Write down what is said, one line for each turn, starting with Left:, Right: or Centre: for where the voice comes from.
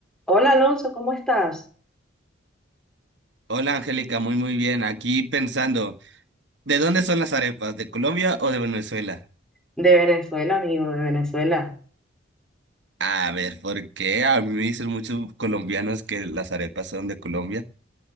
Centre: Hola Alonso, ¿cómo estás?
Right: Hola Angélica, muy muy bien. Aquí pensando, ¿de dónde son las arepas? ¿De Colombia o de Venezuela?
Centre: De Venezuela, amigo, de Venezuela.
Right: A ver, ¿por qué? A mí me dicen muchos colombianos que las arepas son de Colombia.